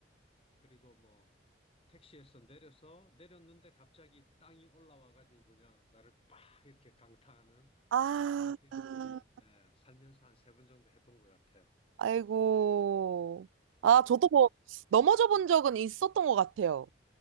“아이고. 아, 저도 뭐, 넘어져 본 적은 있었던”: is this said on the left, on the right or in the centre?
Right